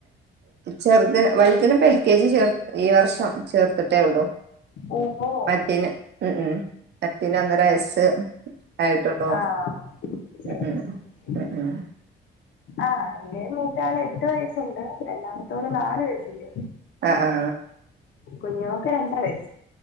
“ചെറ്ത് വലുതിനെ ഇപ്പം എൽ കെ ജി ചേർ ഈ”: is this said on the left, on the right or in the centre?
Right